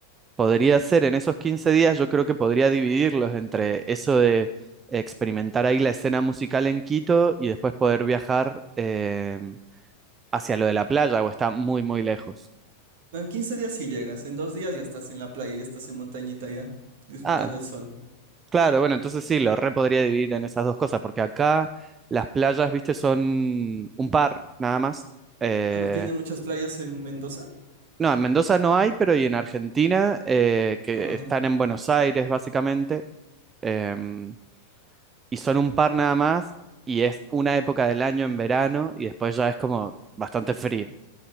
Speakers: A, on the right (about 20°); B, on the right (about 50°).
A: podría ser en esos 15 días, yo creo que podría dividirlos entre eso de experimentar ahí la escena musical en Quito y después poder viajar eh, hacia lo de la playa o está muy, muy lejos.
B: No, en 15 días sí llegas, en dos días ya estás en la playa, ya estás en montañita ya, disfrutando
A: Ah,
B: el sol.
A: claro, bueno, entonces sí, lo re podría dividir en esas dos cosas, porque acá las playas, viste, son un par nada más. Eh,
B: Ah, ¿no tiene muchas playas en Mendoza?
A: no, en Mendoza no hay, pero y en Argentina, eh, que
B: Ah,
A: están en Buenos Aires, básicamente. em, y son un par nada más, y es una época del año en verano, y después ya es como bastante frío.